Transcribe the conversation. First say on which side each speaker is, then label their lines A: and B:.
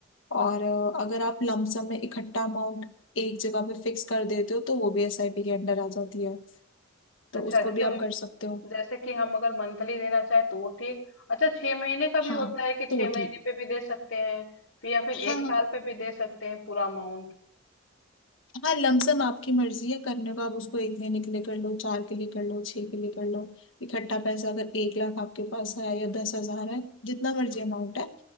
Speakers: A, on the left; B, on the left.
A: और अ, अगर आप लमसम में इकट्ठा अमाउंट एक जगह पे फिक्स कर देते हो तो वो भी एसआईपी के अंडर आ जाती है तो
B: अच्छा
A: उसको
B: जैसे
A: भी आप
B: म-
A: कर सकते हो
B: जैसे कि हम अगर मंथली देना चाहे तो वो ठीक अच्छा छह महीने का भी
A: हाँ
B: होता है कि
A: तो
B: छह
A: वो
B: महीने
A: ठीक
B: पे भी दे सकते हैं फिर या फिर
A: हाँ
B: एक साल
A: हाँ
B: पे भी दे सकते हैं पूरा अमाउंट
A: हाँ लमसम आपकी मर्जी है करने को आप उसको एक महीने के लिए कर लो चार के लिए कर लो छह के लिए कर लो इकट्ठा पैसा अगर एक लाख आपके पास है या दस हजार है जितना मर्जी
B: हम्म
A: अमाउंट है